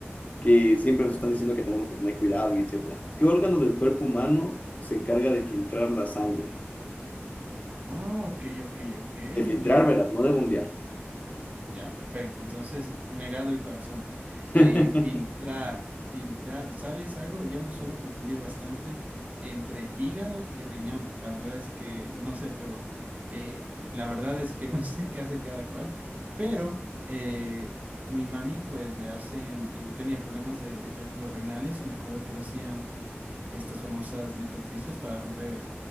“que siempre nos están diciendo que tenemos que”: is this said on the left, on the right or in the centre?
Left